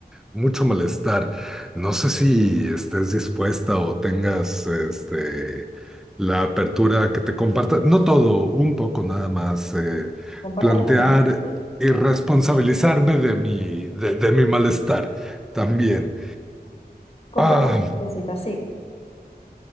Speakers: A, in the centre; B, on the left (about 35°).
A: mucho malestar. No sé si estés dispuesta o tengas este la apertura que te comparta, no todo, un poco nada más eh,
B: Comparte
A: plantear
B: lo que necesites.
A: y responsabilizarme de mi de, de mi malestar también.
B: Comparte
A: Ah,
B: lo que necesitas, sí.